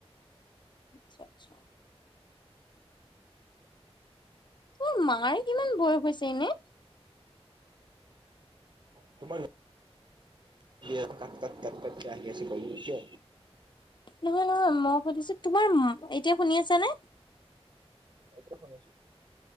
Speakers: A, on the left; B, on the right.
A: আচ্ছা আচ্ছা। তোৰ মাৰ কিমান বয়স হৈছে এনে?
B: <inaudible> দে কপ তক তপ তক ক আহেছে ক কিয়
A: নহয় নহয় মই সুধিছো, তোমাৰ, এতিয়া শুনি আছ নে?
B: এতিয়া শুনিছো।